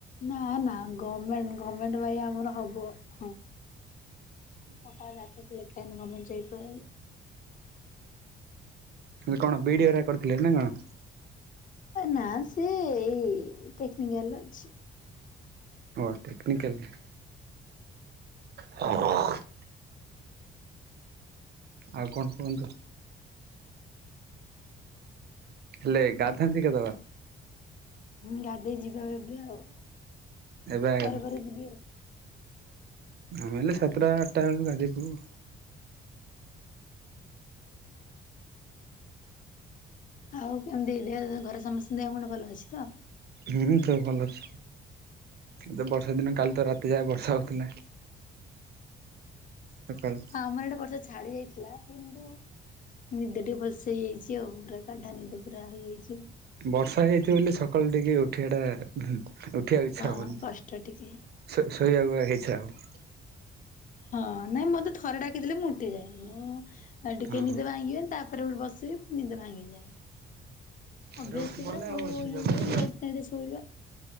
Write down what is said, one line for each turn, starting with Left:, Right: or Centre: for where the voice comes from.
Left: ନା ନା ଗମେଣ୍ଟ ଗମେଣ୍ଟ ଭାଇ ଆମର ହବ। ହଁ। <unintelligible> ଜାତକ ଲେଖା ହେଇନି ଗମେଣ୍ଟଇ ଜବ ପାଇଁ।
Right: କଣ ବିଡିଓ ହେରା କରି ଥିଲେ ନା କଣ?
Left: ନା ସେ ଏଇ ଟେକ୍ନିକାଲ ରେ ଅଛି।
Right: ଅର୍ ଟେକ୍ନିକଲ। <unintelligible> ଆଉ କଣ କୁହନ୍ତୁ? ହେଲେ ଗାଧାନ୍ତି କେତେବେଳେ?
Left: ମୁ ଗାଧେଇ ଯିବା ଏବେ ଆଉ।
Right: ଏବେଁ
Left: ପରେ
Right: <unintelligible>
Left: ପରେ ଯିବି ଆଉ।
Right: ଆମେ ହେଲେ ସାତଟା ଆଠଟା ବେଳକୁ ଗାଧପୁ।
Left: ଆଉ କେମିତି ଦେ ଘରେ ସମସ୍ତଙ୍କୁ ଦେହ ମୁଣ୍ଡ ଭଲ ଅଛି ତ?
Right: ହୁଁ ଦେହ ଭଲଅଛି। କିନ୍ତ ବର୍ଷା ଦିନ କାଲି ତ ରାତି ଯାଏ ବର୍ଷା ହଉଥିଲା। ସକାଳୁ।
Left: ଆମର ଏଇଟେ ବର୍ଷା ଛାଡି ଯାଇଥିଲା କିନ୍ତୁ ନିଦ ଟିକେ ଭଲସେ ହେଇଯାଇଛି ଆଉ ପୁରା ଗାଢା ନିଦ ପୁରା ହେଇଯାଇଛି।
Right: ବର୍ଷା ହେଇଛି ବୋଲି ସକାଳୁ ଟିକେ ଉଠିବାଟା ଉଠିବାକୁ ଇଚ୍ଛା ହଉନି।
Left: ହଁ କଷ୍ଟ ଟିକେ
Right: ଶୋ-ଶୋଇବାକୁ ଆକା ଇଚ୍ଛା ହବ।
Left: ହଁ ନାଇଁ ମତେ ଥରେ ଡାକିଦେଲେ ମୁଁ ଉଠେ ଯାଏ। ମୁଁ ଆଉ ଟିକେ
Right: ହଁ।
Left: ନିଦେ ଭାଙ୍ଗିବ ତା ତାପରେ ବସିବି ନିଦ ଭାଙ୍ଗିଯାଏ।
Right: ଥରେ
Left: ଅଭ୍ୟାସ
Right: ଉଠି
Left: ଥିଲା
Right: ପଡ଼ିଲେ ଆଉ
Left: ଓଉ ଓଉ
Right: ଶୋଇବାକୁ
Left: ଇଏ କରି
Right: ଇଚ୍ଛା
Left: ଲେଟ ନାଇଟରେ ଶୋଇବା